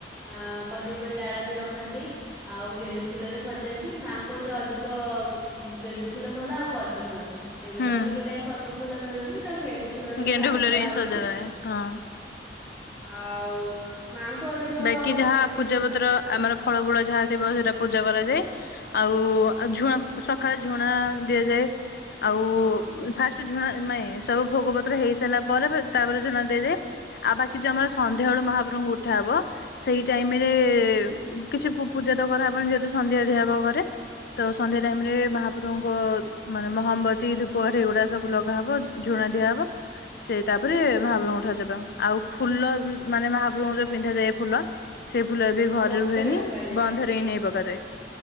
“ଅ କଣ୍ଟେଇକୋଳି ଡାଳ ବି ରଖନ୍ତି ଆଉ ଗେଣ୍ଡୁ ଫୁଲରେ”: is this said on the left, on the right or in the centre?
Right